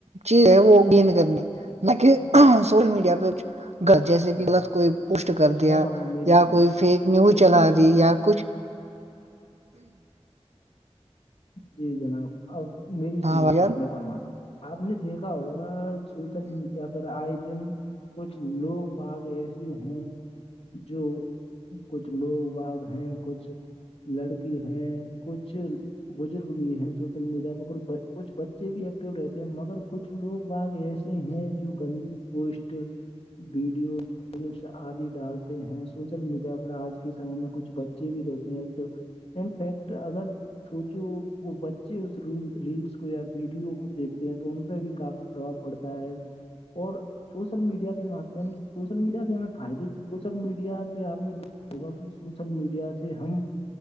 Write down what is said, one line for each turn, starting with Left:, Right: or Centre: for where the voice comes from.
Right: چیز ہے وہ گینین کرنی نہ کہ سوشل میڈیا پہ
Left: جی
Right: جیسے کہ
Left: ہاں،
Right: غلط کوئی پوسٹ کر
Left: کچھ
Right: دیا
Left: میں پرما میری
Right: یا
Left: سنی
Right: کوئی فیک نیوز
Left: سوشل
Right: چلا
Left: میڈیا
Right: دی یا کچھ <inaudible>
Left: جی جناب اب میری سنیے
Right: ہاں بھائی
Left: کچھ
Right: جان
Left: میں پرما تھا آپ نے دیکھا ہوگا سوشل میڈیا پر آئے دن کچھ لوگ باگ ایسے ہیں جو کچھ لوگ واگ ہیں کچھ لڑکی ہیں کچھ بزرگ بھی ہیں سوشل میڈیا پہ کچھ کچھ بچے بھی ایکٹو رہتے ہیں مگر کچھ لوگ باگ ایس ہیں جو گندی پوسٹ ویڈیو پس آدی ڈالتے ہیں سوشل میڈیا پر آج کے سمے میں کچھ بچے بھی رہتے ہیں تو ان فیکٹ اگر سوچو وہ بچے اس ر ریلس کو یا ویڈیو کو دیکھتے ہیں تو ان پہ بھی کافی پربھؤ پڑتا ہے اور سوشل میڈیا کے مم د سوشل میڈیا سے ہمیں فائدے بھی سوشل میڈیا سے آپ نے ہوگا کہ سوشل میڈیا سے سے ہم